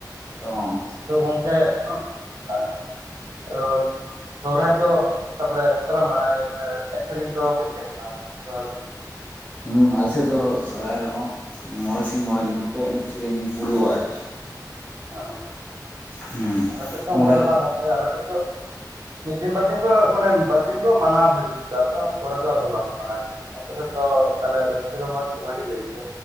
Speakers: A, on the left; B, on the right.
A: ᱚ
B: ᱛᱚ ᱜᱚᱝᱠᱮ ᱚᱸᱜ ᱟ ᱟᱨᱚ ᱥᱚᱨᱦᱟᱭ ᱫᱚ ᱛᱟᱯᱚᱨᱮ ᱪᱮᱠᱟ ᱯᱮ ᱢᱟᱱᱟᱣ ᱜᱮᱭᱟ ᱢᱟᱱᱮ ᱮᱱᱮᱡ ᱥᱮᱨᱮᱧ ᱫᱚ ᱦᱩᱭᱩᱜ ᱜᱮᱭᱟ ᱥᱮ ᱵᱟᱝ ᱥᱚᱦᱨᱟᱭ ᱫᱚ
A: ᱦᱩᱸ ᱟᱞᱮᱥᱮᱫ ᱫᱚ ᱥᱚᱨᱦᱟᱭ ᱨᱮᱦᱚᱸ ᱢᱚᱬᱮ ᱥᱤᱧ ᱢᱚᱬᱮ ᱧᱤᱫᱟᱹ ᱫᱚᱠᱚ ᱮᱱᱮᱡ ᱥᱮᱨᱮᱧ ᱯᱩᱨᱟᱹᱣᱼᱟ ᱟᱨᱠᱤ᱾
B: ᱟᱸ
A: ᱦᱩᱸ
B: ᱟᱞᱮ ᱥᱮᱫ ᱫᱚ
A: ᱢᱚᱬᱮ
B: ᱚᱱᱠᱟ ᱫᱚ ᱵᱟᱝ ᱜᱚᱝᱠᱮ ᱟᱞᱮ ᱥᱮᱫ ᱫᱚ᱾ ᱢᱤᱫ ᱫᱤᱱ ᱵᱟᱨ ᱫᱤᱱ ᱠᱚ ᱢᱟᱱᱮ ᱵᱟᱨ ᱫᱤᱱ ᱠᱚ ᱢᱟᱱᱟᱣᱟ ᱵᱷᱟᱜᱤ ᱜᱮ ᱟᱫᱚ ᱯᱚᱨᱮ ᱫᱚ ᱟᱫᱚ ᱵᱟᱠᱚ ᱢᱟᱱᱟᱣ ᱜᱮᱭᱟ ᱾ ᱟᱯᱮᱱᱥᱮᱫ ᱫᱚ ᱛᱟᱦᱞᱮ ᱨᱟ. ᱥᱠᱟ. ᱨᱚᱢᱚᱡᱽ ᱠᱚ ᱵᱷᱟᱜᱮ ᱜᱮ ᱦᱩᱭᱩᱜ